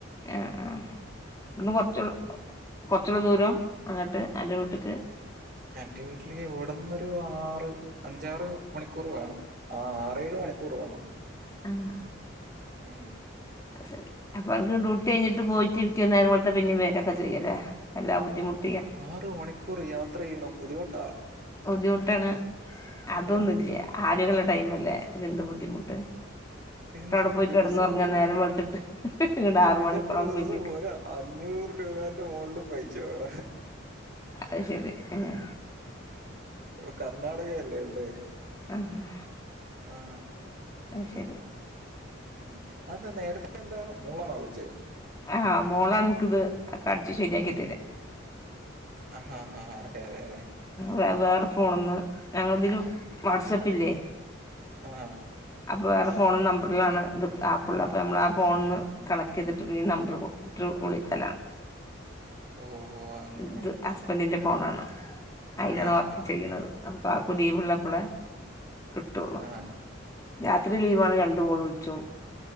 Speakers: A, on the left (about 15°); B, on the right (about 45°).
A: ആ ആ ഇന്ന് കുറച്ചോ ഉള്ളോ കുറച്ചു ഉള്ളും ദൂരം അങ്ങട്ട് അന്റെ വീട്ടക്ക്
B: എന്റെ വീട്ടില് ഇവിടന്നൊരു ആറ് അഞ്ചാറ് മണിക്കൂർ വേണം ആ ആറേഏഴ് മണിക്കൂർ വേണം
A: ആഹ്
B: ഉം
A: ശരി അപ്പൊ അനക്ക് ഡ്യൂട്ടി കഴിഞ്ഞിട്ട് പോയിട്ട് പെറ്റെന്ന് നേരം വെളുത്താൽ പിന്നും വേരൊക്കെ ചെയ്യല്ലേ എല്ലാ ബുദ്ധിുട്ടും
B: ആറ് മണിക്കൂർ യാത്രയിനം ബദ്ധിമുട്ട്
A: ബുദ്ധിമുട്ടാണ് അതൊന്നുമില്ല
B: ആ
A: ആളുകളുടെ ടൈമ അല്ലേ എന്ത് ബുദ്ധിമുട്ട്
B: എന്ത
A: ട്ട് അവിടെ പോയി
B: ദിവസം
A: കിടന്നുറങ്ങാ
B: പോയല്
A: നേരം വെളുത്തിട്ട് ഇങ്ങട് ആറ്
B: ഇതെത്ര
A: മണിക്കൂറാവും
B: ദിവസം
A: പിന്നിം
B: ഒരു അഞ്ഞൂറ് രൂപന്റെ മുകളിൽ പൈ ചട
A: അത് ശെരി ങ്ങേ
B: ഇ കർണാടകയല്ലേ ഉള്ളേ
A: ആഹാ
B: ആ
A: അ ശരി
B: ഉം അത് എന്താ നേരത്തെ എന്താ മോളാണോ വിളിച്ചെ
A: ആഹ് മോളാണ് എനിക്ക് ഇത് അടിച്ചു ശരിയാക്കി തരാം
B: ആഹ് ആഹ് ആഹ് അതെ അതെ അതെ
A: വേ വേറെ ഫോണ്ന്ന് ഞങ്ങള ഇതില് വാട്സആപ്പ് ഇല്ലേ
B: ആഹ
A: അപ്പോൾ വേറെ ഫോണ നമ്പറിലാണ് ഇത് ആപ്പുള്ള അപ്പോൾ നഞമ്മൾ ആ ഫോണിൽന്ന് കണക്ട് ചെയ്തിട്ട് പിന്നെ നമ്പർട്ട് വിളിക്കലാണ്
B: ഓഹ് ഓഹ് അങ്ങനെ
A: ഇത് അസ്ബന്റെ ആണോ അയ്ലാണ്
B: ആഹ്
A: ഒർപ്പിച്ചേക്കുന്നത്
B: ആഹ്
A: അപ്പൊ കാക്കുലീവുള്ളപ്പളെ കിട്ടൊള്ളൂ
B: ആഹ്
A: രാത്രി ലീവാണ് രണ്ടു കാൾ വിൾച്ചും